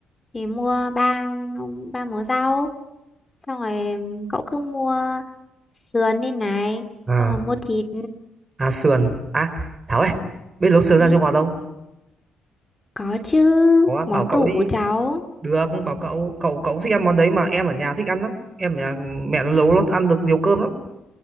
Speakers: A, on the left; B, on the right.
A: Thì mua ba ba múa rau, xong rồi cậu cứ mua sườn đi này,
B: à,
A: xong rồi mua thịt.
B: à sườn à Thảo ơi biết nấu sườn ra
A: Ừ,
B: Trung Hoa không
A: có chứ,
B: có
A: món
B: bảo cậu
A: tủ
B: đi
A: của cháu.
B: được bảo cậu cậu cậu thích ăn món đấy mà em ở nhà thích ăn lắm em ở nhà mẹ nó nấu nó ăn được nhiều cơm lắm